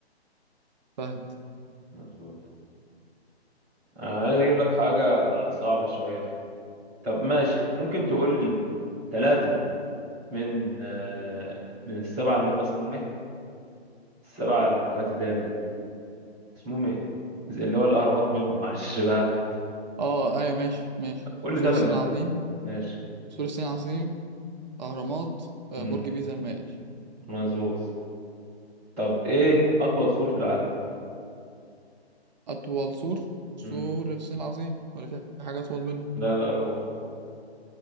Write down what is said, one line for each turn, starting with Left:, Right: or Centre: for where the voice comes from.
Right: فهد
Centre: مظبوط أنا عايز اجيب لك حاجة صعبة شوية طب ماشي ممكن
Right: مم.
Centre: تقول لي ثلاثة من آه، من السبعة اللي هم اسمهم ايه السبعة الحاجات اللي هي اسمهم ايه زي اللي هو الاهرامات منهم معلش بقى
Right: اه ايوه ماشي ماشي
Centre: قول
Right: سور
Centre: لي ثلاثه
Right: الصين
Centre: منهم
Right: العظيم
Centre: ماشي
Right: سور الصين العظيم أهرامات آه،
Centre: امم
Right: برج بيزا المائل
Centre: مظبوط طب ايه اطول سور في العالم
Right: أطول سور سور
Centre: امم
Right: الصين العظيم ولا في حاجة أطول منه
Centre: لا لا هو